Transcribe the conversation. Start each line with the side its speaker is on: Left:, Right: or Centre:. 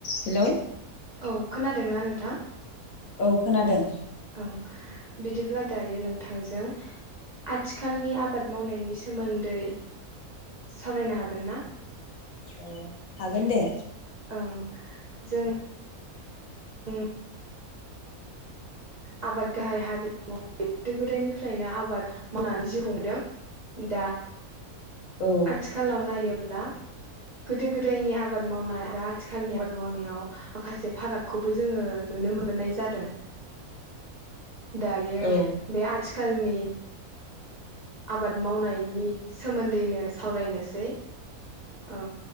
Left: Hello
Right: औ खोनादोंना नोंथां?
Left: खौ खोनादों।
Right: ओं बिदिब्ला दायो नोंथांजों आथिखालनि आबाद मावनायनि सोमोन्दै सावरायनो हागोन ना?
Left: अ हागोन दे।
Right: ओं जों उम आबाद गाहाय हारि मह गोदो गोदायनिफ्रायनो आबाद मावनानै जिउ खुंबोदों दा
Left: औ
Right: आथिखालाव नायो ब्ला गोदो गोदायनि आबाद मावनाय आरो आथिखालनि आबाद मावनायाव माखासे फारागखौबो जोङो नुनो मोननाय जादों। दायो
Left: औ
Right: बे आथिखालनि आबाद मावनायनि सोमोन्दैनो सावरायनोसै ओ